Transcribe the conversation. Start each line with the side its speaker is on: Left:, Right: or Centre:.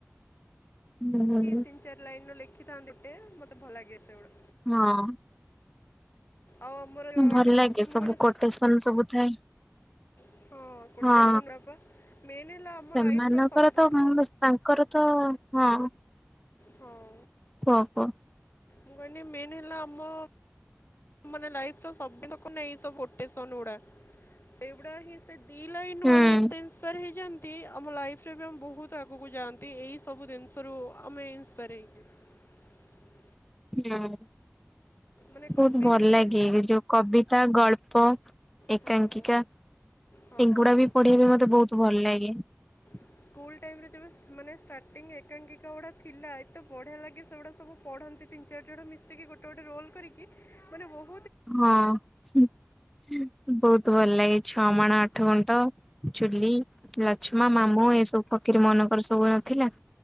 Centre: ହୁଁ
Left: ତିନ୍ ଚାର ଲାଇନର ଲେ ଖି ଥାନ୍ତି ଗୋଟେ ମତେ ଭଲ ଲାଗେ ସେଉଡ଼ା।
Centre: ହଁ।
Left: ଆଉ ଆମର ଯୋଉ ରହିଲେ
Centre: ଭଲ
Left: ଫକୀର
Centre: ଲାଗେ ସବୁ
Left: ମୋହନ
Centre: କୋଟେସନ ସବୁ ଥାଏ,
Left: ହଁ କୋଟେସନ
Centre: ହଁ
Left: ବାପା ମେନ୍ ହେଲା ଆମ
Centre: ସେମାନଙ୍କର
Left: ଲାଇଫ ର ସବୁଠୁ
Centre: ତ ତାଙ୍କର ତାଙ୍କର ତ ହଁ।
Left: ହଁ।
Centre: ଓ ହୋ।
Left: ମୁଁ କହିନି ମେନ୍ ହେଲା ଆମ ମାନେ ଲାଇଫର ସବିତକ ନାଁ ଏଇ ସବୁ କୋଟେସନ ଉଡା, ସେଉଡା ହିଁ ସେ ଦି ଲାଇନୁ
Centre: ହୁଁ।
Left: ଆମେ ଏତେ ଇନ୍ସପାୟାର ହେଇଯାଆନ୍ ନ୍ତି ଆମ ଲାଇଫରେ ବି ଆମ ବୋହୁତ ଆଗୁକୁ ଯାଆନ୍ତି, ଏଇ ସବୁ ଦିନିଷରୁ ଆମେ ଇନ୍ସପାୟାର ହେଇକି।
Centre: ହଁ।
Left: ମାନେ
Centre: ବୋହୁତ
Left: କବି
Centre: ଭଲ
Left: ହେଲେ
Centre: ଲାଗେ ଯୋଉ କବିତା ଗଳ୍ ପ ଏକାଙ୍କିକା,
Left: ହଁ ହଁ
Centre: ଏଗୁଡା ବି ପଢ଼ିବା ପାଇଁ ମତେ ବୋହୁତ ଭଲ ଲାଗେ। ଇଏ
Left: ସ୍କୁଲ ଟାଇମରେ ଯେବେ ସ୍ ମାନେ ଷ୍ଟାର୍ଟିଂ ଏକାଙ୍କିଙ୍କା ଉଡ଼ା ଥିଲା ଏତେ ବଢ଼ିଆ ଲାଗେ ସେଉଡ଼ା ସବୁ ପଢ଼ନ୍ତି ତିନି ଚାରିଜଣ ମିଶିକି ଗୋଟେ ଗୋଟେ ରୋଲ୍ କରିକି ମାନେ ବୋହୁ
Centre: ହଁ ହୁଁ ବୋଉ ତ ଭଲ ଲାଗେ ଛଅ ମାଣ ଆଠ ଗୁଣ୍ଠ, ଚୁଲି, ଲଚ୍ଛମା, ମାମୁଁ, ଏସବୁ ଫଖିର ମୋହନଙ୍କର ସବୁ ନଥିଲା?